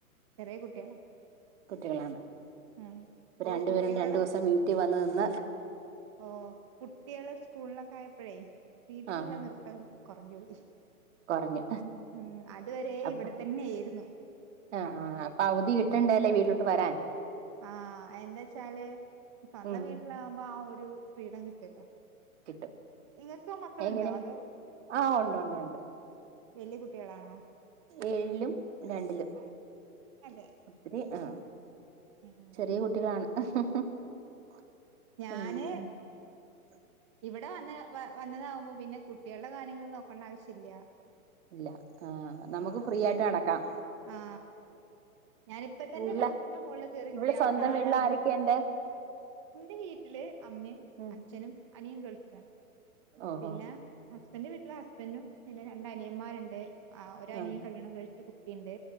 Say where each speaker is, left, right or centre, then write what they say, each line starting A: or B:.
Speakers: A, on the right; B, on the right.
A: ചെറിയ കുട്ടികളാ
B: കുട്ടികളാണ്
A: ഉം
B: ഇപ്പ
A: ഓ
B: രണ്ടുപേരും
A: കുട്ടികള്
B: രണ്ടു ദിവസം വീട്ടിൽ വന്ന് നിന്ന്
A: ഓ കുട്ടികള് സ്കൂളിലൊക്കെ ആയപ്പഴേ വീട്ടിലുള്ള
B: ആഹ് ആഹ്
A: നിർത്തം കുറഞ്ഞ് പോയി
B: കുറഞ്ഞു
A: ഉം അതുവരെ
B: അപ്പ
A: ഇവിടെ തന്നെയായിരുന്നു
B: ആഹ് അപ്പൊ അവധി കിട്ടണ്ടല്ലേ വീട്ടിലോട്ട് വരാൻ
A: ആഹ് എന്താ വച്ചാല് സ്വന്തം
B: ഉം
A: വീട്ടിലാകുമ്പോ ആ ഒരു ഫ്രീഡം കിട്ടോല്ലോ
B: കിട്ടും
A: ഇങ്ങക്ക് മക്കളുണ്ടോ
B: എങ്ങനെ
A: അതോ
B: ആഹ് ഉണ്ട് ഉണ്ട് ഉണ്ട്
A: വലിയ കുട്ടികളാണോ
B: ഏഴിലും രണ്ടിലും
A: അതെ
B: ഒത്തിരി ആ
A: ഉം
B: ചെറിയ കുട്ടികളാണ് ഉം
A: ഞാന് ഇവിടെ വന്ന വ വന്നതാകുമ്പോൾ പിന്നെ കുട്ടികളുടെ കാര്യങ്ങൾ നോക്കണ്ട ആവശ്യം ഇല്ല
B: ഇല്ല ആ നമുക്ക് ഫ്രീ ആയിട്ട് നടക്കാം
A: ആ ഞാനിപ്പ തന്റെ
B: വീട്ടില്
A: ടെറസിന്റെ മുകളില് കേറിരിക്കാ
B: ഇവിടെ സ്വന്തം
A: താഴെ
B: വീട്ടിൽ
A: അമ്മ
B: ആരൊക്കെയുണ്ട്
A: എൻ്റെ വീട്ടില് അമ്മയും
B: ഉം
A: അച്ഛനും അനിയൻ ഗൾഫിലാണ്
B: ഓഹോ
A: പിന്നെ ഹസ്ബന്റെ വീട്ടില് ഹസ്ബൻഡും പിന്നെ രണ്ട് അനിയന്മാരുണ്ട് ആ ഒരനിയൻ
B: ആഹ്
A: കല്യാണം കഴിച്ചു കുട്ടിയുണ്ട്